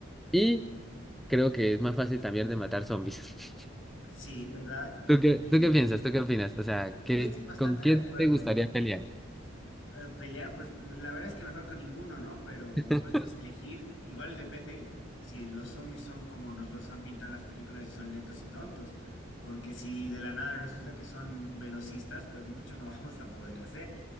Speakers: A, in the centre; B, on the left.
A: y creo que es más fácil también de matar zombies. <laughs>
B: sí, ¿verdad?
A: ¿Tú qué,
B: Y
A: tú qué piensas? ¿Tú qué opinas? O sea,
B: y
A: ¿qué,
B: yo estoy bastante
A: con quién
B: de acuerdo.
A: te gustaría pelear?
B: eh, pelear, pues la verdad es que mejor con ninguno, ¿no? Pero
A: <laughs>
B: puestos a elegir, igual depende si los zombies son como nos los han pintado en las películas y son lentos y tontos. Porque si de la nada resulta que son velocistas, pues mucho no <laughs> vamos a poder hacer.